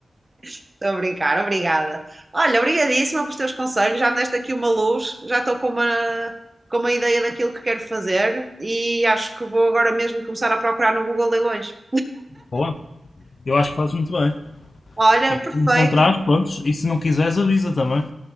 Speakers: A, on the right (about 30°); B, on the left (about 60°).
A: Estou a brincar, obrigada. Olha, obrigadíssima pelos teus conselhos, já me deste aqui uma luz, já estou com uma, com uma ideia daquilo que quero fazer e acho que vou agora mesmo começar a procurar no Google Leilões.
B: Boa. Eu acho que fazes muito bem.
A: Olha,
B: E
A: perfeito.
B: se encontrares, pronto. E se não quiseres, avisa também.